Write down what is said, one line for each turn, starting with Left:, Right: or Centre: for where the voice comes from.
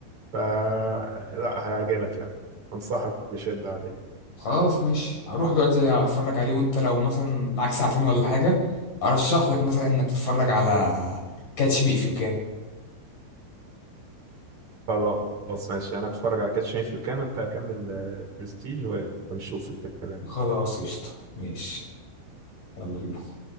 Right: ف لا هيعجبك يعني انصحك بشدة عليه
Left: خلاص ماشي هروح دلوقتي زي اتفرج عليه وانت لو مثلا معاك ساعتين ولا حاجة ارشح لك مثلا انك تتفرج على كاتش مي اف يو كان
Right: خلاص ماشي انا اتفرج على كاتش مي إف يو كان وانت كمل برستيج ونشوف الكلام
Left: خلاص قشطة ماشي يلا بينا